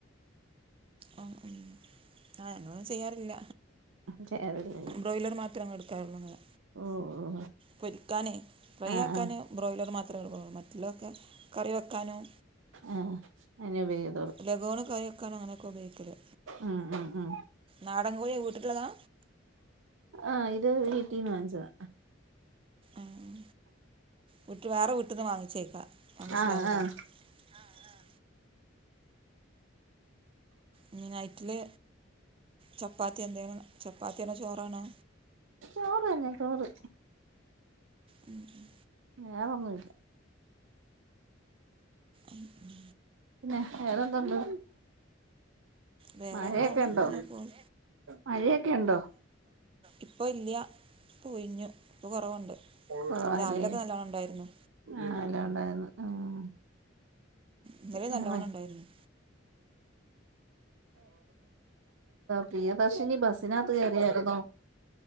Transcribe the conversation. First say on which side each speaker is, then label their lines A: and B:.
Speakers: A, on the right (about 30°); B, on the right (about 80°).
A: അ മ് ആ ഞങ്ങളും ചെയ്യാറില്ല
B: ചേറല്ലേ
A: ബ്രോയ്‌ലർ മാത്രേ അങ്ങെനെ എടുക്കലുള്ളൂ
B: ഓ ഓ
A: പൊരിക്കാനെ ഫ്രൈ
B: ആഹ്
A: ആക്കാന്
B: ആഹ്
A: ബ്രോയ്ലർ മാത്രേ എടുലുള്ളൂ മറ്റുള്ളതൊക്കെ കറി വെക്കാനും
B: ആഹ അയിന് ഉബയോ
A: ലഘോൺ കറിക്കാന് അങ്ങനെയൊക്ക ഉപയോഗിക്കല്.
B: ഉം ഉം ഉം
A: നാടൻകോഴിയ വീട്ടില്ള്ളതാ
B: ആഹ് ഇത് വീട്ടീന്ന് വങ്ങിച്ചതാ.
A: ഉം വുറ്റ് വേറെ വീട്ടന്ന് വാങ്ങിച്ചേക്കാ വാങ്ങിച്ചതാവുലേ
B: ആഹ് ആഹ്
A: ആഹ് ആഹ് ഇ നി നൈറ്റില് ചപ്പാത്തി എന്തെലും ചപ്പാത്തില്ല ചോറാണോ?
B: ചോറ് തന്നെ ചോറ്
A: ഉം ഉം
B: വേറെന്നുല്ല
A: ഉം ഉം
B: പിന്നെ വേറെന്തൊണ്ട്?
A: വേറെ
B: മഴയൊക്കെ
A: എന്താണ്
B: ഇണ്ടോ
A: ഇങ്ങനെ പോകും
B: മഴയൊക്കെ ഇണ്ടോ
A: ഇപ്പോ ഇല്ല്യ ഇപ്പോയിഞ്ഞു ഇപ്പോകുറവുണ്ട്
B: കുറവാല്ലേ
A: രാവിലൊക്കെ നല്ലോണ്ണം ഉണ്ടായിരുന്നു
B: ആഹ് അതോണ്ടായിരുന്നു ആഹ്
A: ഇന്നലെയും
B: <unintelligible>
A: നല്ലോണം ഉണ്ടായിരുന്നു
B: പ്രിയദർശിനിബസ്സിനകത്ത് കേറിയായിരുന്നൊ